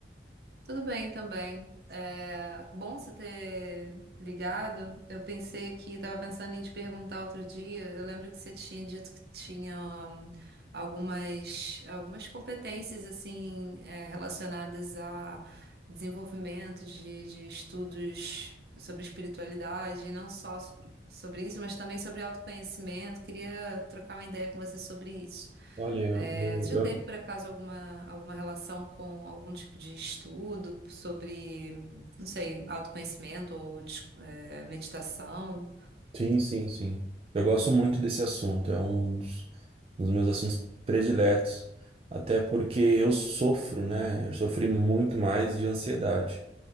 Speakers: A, on the right; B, on the right.
A: Tudo bem também. É bom você ter ligado. Eu pensei que estava pensando em te perguntar outro dia. Eu lembro que você tinha dito que tinha hum, algumas algumas competências assim é, relacionadas a desenvolvimento de, de estudos sobre espiritualidade, e não só so- sobre isso, mas também sobre autoconhecimento. Queria trocar uma ideia com você sobre isso.
B: Olha, eu,
A: É,
B: eu-
A: você
B: eu-
A: já teve, por acaso, alguma, alguma relação com algum tipo de estudo sobre, não sei, autoconhecimento ou des- é, meditação?
B: Sim, sim, sim. Eu gosto muito desse assunto, é um dos, um dos meus assuntos prediletos, até porque eu sofro, né? Eu sofri muito mais de ansiedade.